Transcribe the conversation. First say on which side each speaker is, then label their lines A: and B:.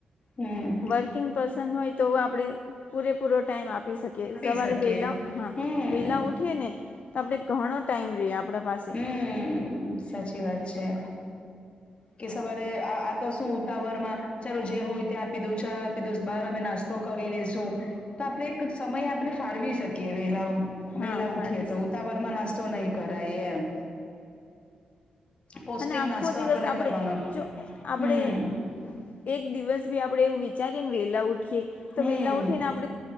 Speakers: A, on the left (about 40°); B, on the left (about 60°).
A: હમ
B: વર્કિંગ પર્સન હોય તો આપણે પૂરેપૂરો ટાઈમ આપી આપી શકીએ સવારે
A: શકીએ.
B: વેલા હા
A: હમ
B: વેલા ઉઠીએ ને. તો આપણે ઘણો ટાઈમ રહીએ આપણા પાસે.
A: હમ સાચી વાત છે. કે સવારે આ તો શું ઉતાવર માં ચાલો જે હોય તે આપી દઉં છે ચા આપી દઉ બહાર અમે નાસ્તો તો કરી લેશું તો આપણે એક સમય આપણે ફાળવી શકીએ વેલા
B: હા
A: વેલા ઉઠીએ
B: ફાળવી
A: તો
B: શકીએ
A: ઉતાવર માં નાસ્તો નહી કરાય એમ. પૌષ્ટિક
B: અને આખો
A: નાસ્તો
B: દિવસ
A: આપણને
B: આપણે
A: કરવાનો
B: જો આપણેે
A: હમ
B: એક દિવસ ભી આપણેે એવું વિચારીએ ને વેલા ઉઠીએ તો
A: હમ
B: વેલા ઉઠીને આપણે